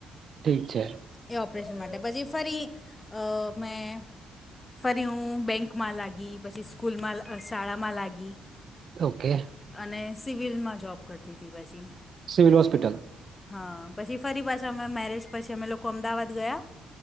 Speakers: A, on the right; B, on the left.
A: ઠીક છે
B: એ ઓપરેશન માટે પછી ફરી અ મેં ફરી હું બેંકમાં લાગી પછી સ્કૂલમાં શાળામાં લાગી
A: ઓકે
B: અને સિવિલમાં જોબ કરતી હતી પછી
A: સિવિલ હોસ્પિટલ
B: હા પછી ફરી પાછા અમે મેરેજ પછી અમે લોકો અમદાવાદ ગયા